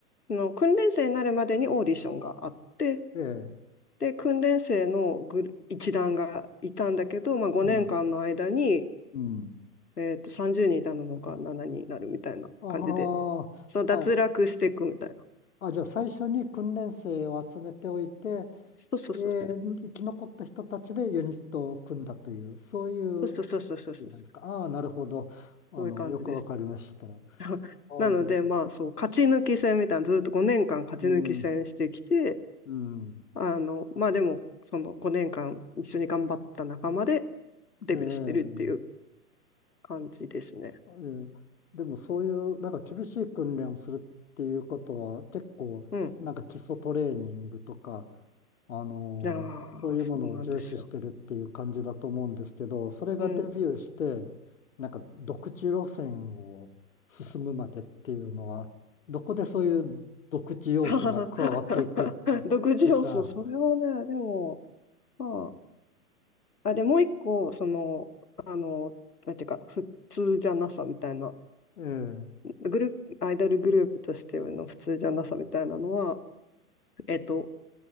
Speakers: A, on the left (about 75°); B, on the left (about 55°).
A: あの訓練生になるまでにオーディションがあって、
B: ええ。
A: で、訓練生のグル一団がいたんだけど、まあ、5年間の間に、
B: うん。うん。
A: えっと、30人いたのか7人にんになるみたいな感じで、
B: ああ、
A: そう脱落していくみたいな。
B: あ、あ、じゃあ最初に訓練生を集めておいて、
A: そうそうそう。
B: えー生き残った人たちでユニットを組んだという、そういう
A: そうそうそうそうそうそう。
B: なんですか。ああ、なるほど。あの、
A: そういう感じです。
B: よくわかりました。あ
A: <laughs>
B: ー
A: なので、まあそう、勝ち抜き戦みたいな、ずっと5年間勝ち抜き戦してきて、
B: うん、うん。
A: あの、まあでも、その5年間一緒に頑張った仲間でデビューしてるっていう
B: ええ、
A: 感じですね。
B: ええでもそういう、なんか厳しい訓練をするっていうことは、結構、
A: うん。
B: なんか基礎トレーニングとか、あのーそういうものを重視してるっていう感じだと思うんですけど、
A: いやー、そうなんですよ。
B: それがデビューして、
A: うん。
B: なんか独自路線を進むまでっていうのは、どこでそういう独自要素が加わっていくん
A: <laughs> 独自要素、
B: ですか
A: それはね、でも、まあ、あ、でもう一個、その、あの、なんていうか、普通じゃなさみたいな
B: ええ、
A: グループ、アイドルグループとしての普通じゃなさみたいなのは、えっと、